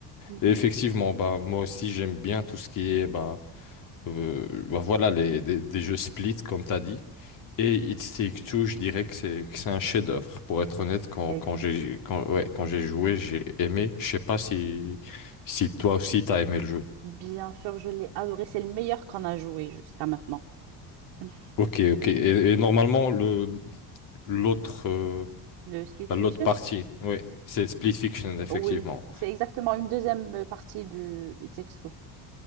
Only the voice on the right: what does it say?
Mhm.
Exact.
Bien sûr, je l'ai adoré. C'est le meilleur qu'on a joué jusqu'à maintenant. <laughs>
Le Split
Fiction?
Oui, c'est exactement une deuxième euh, partie du It Takes Two.